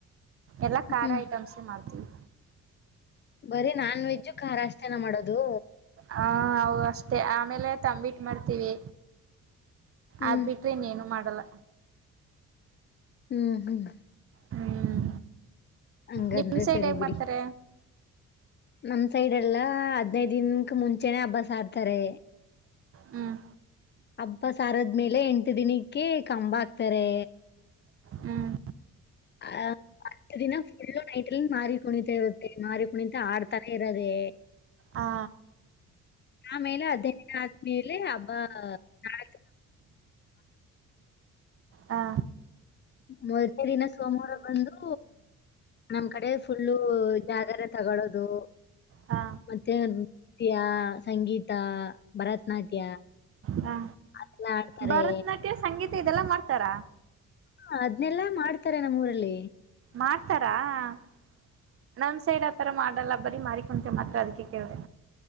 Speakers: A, on the right; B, on the left.
A: ಎಲ್ಲಾ ಖಾರ
B: ಹ್ಮ್
A: ಐಟಮ್ಸೇ ಮಾಡ್ತೀವಿ
B: ಬರೀ ನಾನ್ ವೆಜ್ಜ್ ಖಾರ ಅಷ್ಟೇನ ಮಾಡೋದು
A: ಹಾ ಹ ಅಷ್ಟೇ ಆಮೇಲೆ ತಂಬಿಟ್ ಮಾಡ್ತೀವಿ
B: ಹ್ಮ್
A: ಅದ್ ಬಿಟ್ರೆ ಇನ್ೇನು ಮಾಡಲ್ಲ
B: ಹ್ಮ್ ಹ್ಮ್
A: ಹ್ಮ
B: ಹಂಗಂದ್ರೆ
A: ನಿಮ್ ಸೈಡ್
B: ಸರಿ
A: ಹಗ್
B: ಬಿಡಿ
A: ಮಾಡ್ತಾರ
B: ನಮ್ ಸೈಡ್ ಎಲ್ಲಾ ಹದ್ನೈದು. ದನ್ಕ್ ಮುಂಚೆನೇ ಹಬ್ಬಾಸ ಆಡ್ತಾರೆ
A: ಹ್ಮ್.
B: ಹಬ್ಬ ಸಾರದ್ಮೇಲೆ ಎಂಟು ದಿನಕ್ಕೆ ಕಂಬ ಹಾಕ್ತಾರೆ
A: ಹ್ಮ್
B: ಆ ಹತ್ತು ದಿನ ಫುಲ್ಲು ನೈಟ್ಲ್ಲಿ ಮಾರ ಕುಣಿತಾ ಇರುತ್ತೆ ಮಾರಿ ಕುಣಿತ ಆಡ್ತಾನೆ ಇರೋದೆೇ
A: ಹಾ.
B: ಆಮೇಲೆ ಅಧ್ಯಯನ ಆದ್ಮೇಲೆ ಹಬ್ಬ ನಾಳ.
A: ಹಾ
B: ಮೊದಲೇ ದಿನ ಸೋಮವಾರ ಬಂದು ನಮ್ ಕಡೆ ಫುಲ್ಲು ಜಾಗರೆ ತಗೊಳ್ಳೋದು
A: ಹ
B: ಮತ್ತೆ ನೃತ್ಯ ಸಂಗೀತ ಭರತನಾಟ್ಯ
A: ಹಾ
B: ಎಲ್ಲ ಆಡ್ತಾರೆ
A: ಭರತ್ ನಾಟ್ಯ ಸಂಗೀ ತ ಇದೆಲ್ಲಾ ಮಾಡ್ತಾರ.
B: ಹ ಅದ್ನೆಲ್ಲಾ ಮಾಡ್ತಾರೆ ನಮ್ ಊರಲ್ಲಿ.
A: ಮಾಡ್ತಾರ <unintelligible> ನಮ್ ಸೈಡ್ ಅದ್ ತರ ಮಾಡಲ್ಲ ಬರೀ ಮಾಡಿಕೊಂತೇವಿ ಮಾತ್ರ ಅದ್ಕೆ ಕೇಳ್ದೆ.